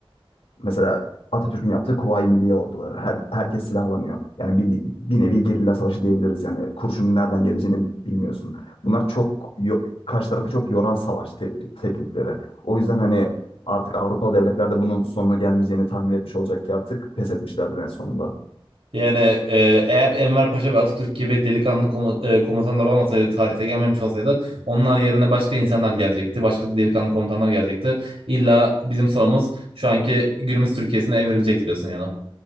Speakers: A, on the left; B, on the right.
A: mesela Atatürk'ün yaptığı Kuvayi Milliye orduları. Her, herkes silahlanıyor. Yani bildi- bir, nevi gerilla savaşı diyebiliriz. Yani kurşunun nereden geleceğini bilmiyorsun. Bunlar çok yo- karşı tarafı çok yoran savaş te- teknikleri. O yüzden hani artık Avrupalı devletler de bunun sonunu gelmeyeceğini tahmin etmiş olacak ki artık pes etmişlerdir en sonunda.
B: Yani e, eğer Enver Paşa ve Atatürk gibi delikanlı komu- e, komutanlar olmasaydı, tarihte gelmemiş olsaydı onlar yerine başka insanlar gelecekti. Başka delikanlı komutanlar gelecekti. İlla bizim sorumuz şu anki günümüz Türkiye'sine evrilecek diyorsun yani.